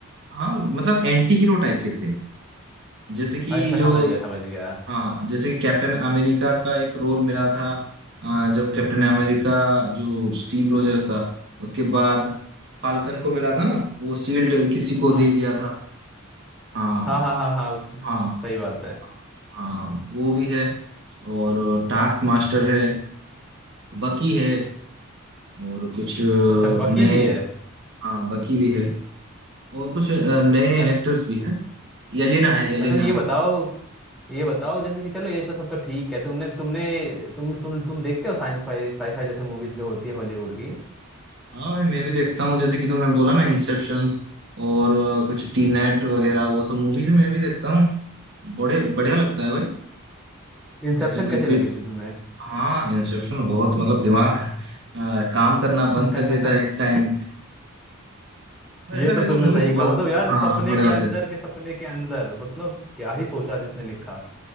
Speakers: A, on the right (about 60°); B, in the centre.
A: हाँ मतलब एंटी हीरो टाइप के थे जैसे कि
B: अच्छा
A: जो
B: समझ गया समझ गया
A: हाँ जैसे कि कैप्टन अमेरिका का एक रोल मिला था अ, जब कैप्टन अमेरिका जो स्टीव रोजर्स था उसके बाद फाल्कन को मिला था ना वो शील्ड किसी को
B: हाँ
A: दे दिया था हाँ
B: हाँ हाँ हाँ हाँ उस
A: हाँ
B: सही बात है
A: हाँ वो भी है और टास्क मास्टर है बकी है और कुछ अ,
B: अच्छा बकी
A: नए
B: भी है
A: हाँ बकी भी है और कुछ अ, नए
B: अ-
A: एक्टर्स भी हैं येलेना है येलेना
B: अच्छा ये बताओ ये बताओ जैसे कि चलो ये तो सब तो ठीक है तुमने तुमने तुम तुम तुम देखते हो साइंस फाई साईफाई जैसे मूवीज जो होती है हॉलीवुड की
A: हाँ भाई मैं भी देखता हूँ जैसे कि तुमने बोला ना इंसेप्शन और अ, कुछ टी नेट वगैरह वो सब मूवीज मैं भी देखता हूँ बड़े बढ़िया लगता है भाई
B: इंसेप्शन
A: जैसे कि,
B: कैसे
A: कि
B: लगी थी तुम्हें
A: हाँ इंसेप्शन बहुत मतलब दिमाग अ, काम करना
B: <laughs>
A: बंद कर देता है एक टाइम
B: ये
A: ऐसा
B: तो
A: टाइप
B: तुमने
A: का मूवी
B: सही
A: बहुत
B: कहा मतलब यार
A: हाँ
B: सपने
A: बढ़िया
B: के अंदर
A: लगता है
B: के सपने के अंदर मतलब क्या ही सोचा जिसने लिखा